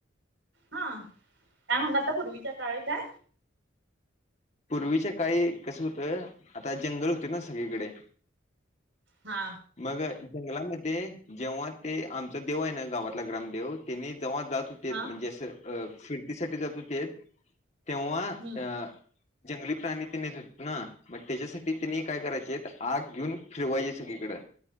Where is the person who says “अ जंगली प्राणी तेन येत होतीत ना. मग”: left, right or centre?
Left